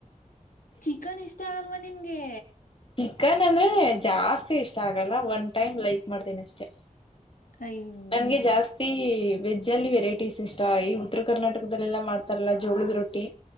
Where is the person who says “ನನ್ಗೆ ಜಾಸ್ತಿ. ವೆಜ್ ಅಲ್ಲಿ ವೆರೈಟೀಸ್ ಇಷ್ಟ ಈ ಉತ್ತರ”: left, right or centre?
Left